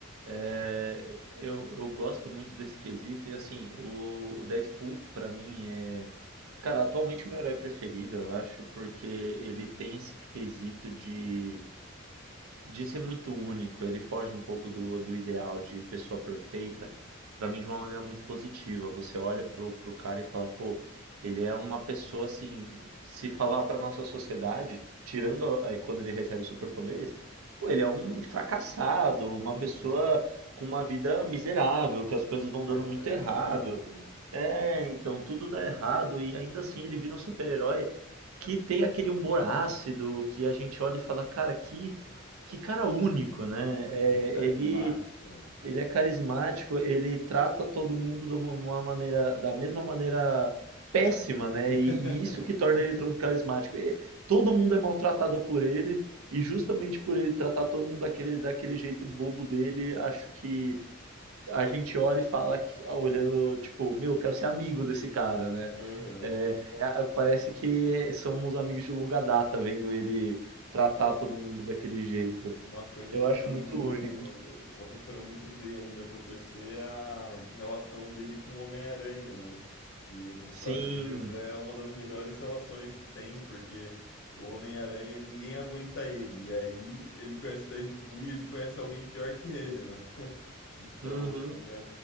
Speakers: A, on the right; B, on the left.
A: É, eu, eu gosto muito desse quesito, e assim, o, o Deadpool, pra mim, é. Cara, atualmente o meu herói preferido, eu acho, porque ele tem esse quesito de de ser muito único. Ele foge um pouco do, do ideal de pessoa perfeita, pra mim de uma maneira muito positiva. Você olha pro, pro cara e fala, pô, ele é uma pessoa assim, se falar pra nossa sociedade, tirando a- aí quando ele recebe os superpoderes, pô, ele é um fracassado, uma
B: Uhum.
A: pessoa com uma vida miserável, que as coisas vão
B: Marginalizado,
A: dando muito errado.
B: né?
A: É, então tudo dá errado e ainda assim ele vira um super-herói que tem aquele humor ácido que a gente olha e fala, cara, que, que cara único, né?
B: Muito
A: É,
B: carismático,
A: ele,
B: né?
A: ele é carismático, ele trata todo mundo de uma uma maneira, da mesma maneira péssima, né?
B: <laughs>
A: E, e isso que torna ele tão carismático. E todo mundo é maltratado por ele e justamente por ele tratar todo mundo daquele, daquele jeito bobo dele, acho que a gente olha e fala, que- olhando, tipo, meu, eu quero ser amigo desse cara, né?
B: Aham.
A: É, parece que somos amigos de longa data, vendo ele tratar todo mundo daquele jeito.
B: Uma coisa
A: Eu
B: que eu quero
A: acho muito
B: muito,
A: único.
B: uma coisa que eu quero muito ver ainda acontecer é a relação dele com o Homem-Aranha, né? Que nos
A: Sim,
B: quadrinhos é uma das melhores relações que tem, porque o Homem-Aranha ninguém aguenta ele. E aí ele conhece o Deadpool e ele conhece alguém pior que ele, né? <laughs> Então,
A: uhum.
B: é,